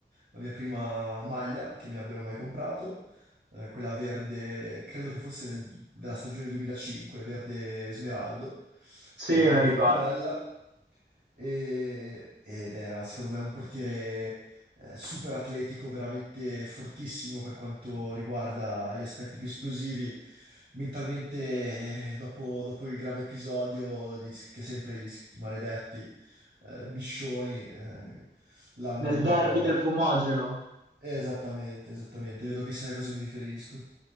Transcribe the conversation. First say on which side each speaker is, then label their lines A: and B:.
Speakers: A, on the right (about 70°); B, on the right (about 90°).
A: la mia prima maglia che mi abbiano mai comprato, eh, quella verde, credo che fosse nel- della stagione 2005, verde smeraldo,
B: Sì,
A: eh,
B: la
A: molto
B: ricordo.
A: molto bella. E- ed era secondo me un portiere eh, super atletico, veramente fortissimo per quanto riguarda gli aspetti più esplosivi. Mentalmente, eh, dopo, dopo il grave episodio di- che sempre gli s- i maledetti eh, Biscioni eh, l'hanno...
B: Nel derby del Fumogeno.
A: eh, Esattamente, esattamente, vedo che sai a cosa mi riferisco.